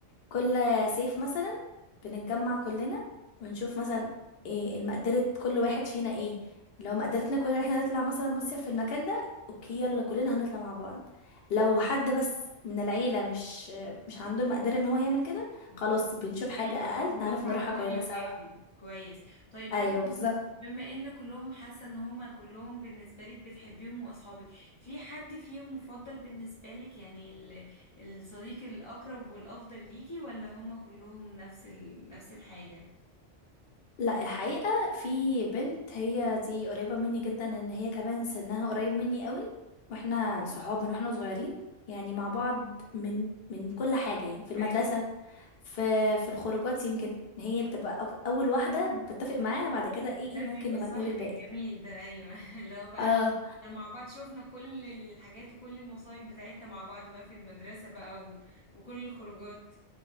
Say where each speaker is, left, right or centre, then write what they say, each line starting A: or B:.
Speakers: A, on the left (about 60°); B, on the left (about 45°).
A: كل صيف مثلا بنتجمع كلنا ونشوف مثلا ايه المقدرة كل واحد فينا ايه لو مقدرتنا كلنا ان احنا نطلع مثلا مصيف في المكان ده اوكي يلا كلنا هنطلع مع بعض لو حد بس من العيلة مش مش عنده المقدرة ان هو يعمل كده
B: ب-
A: خلاص بنشوف حاجة
B: ايوه
A: اقل
B: كلكم
A: نعرف
B: على
A: نروحها
B: رأي
A: كلنا
B: واحد
A: سوا
B: كويس طيب
A: ايوه
B: بما
A: بالظبط
B: ان بما ان كلهم حاسة ان هما كلهم بالنسبة لك بتحبيهم واصحابك في حد فيهم مفضل بالنسبة لك يعني ال- الصديق الاقرب والافضل ليكي ولا هما كلهم نفس ال... نفس الحاجة
A: لا الحقيقة في بنت هي دي قريبة مني جدا ان هي كمان سنها قريب مني قوي واحنا صحاب من واحنا صغيرين يعني مع بعض من من كل حاجة يعني في المدرسة
B: ايوه
A: في في الخروجات يمكن هي بتبقى أك- اول واحده بتفق معاها بعد كده ايه
B: ده بيبقى
A: ممكن نبقى
B: الصاحب
A: نقول الباقي
B: الجميل ده ايوه <laughs> اللي هو بقى
A: اه
B: احنا مع بعض شوفنا كل الحاجات وكل المصايب بتاعتنا مع بعض بقى في المدرسة بقى و... وكل الخروجات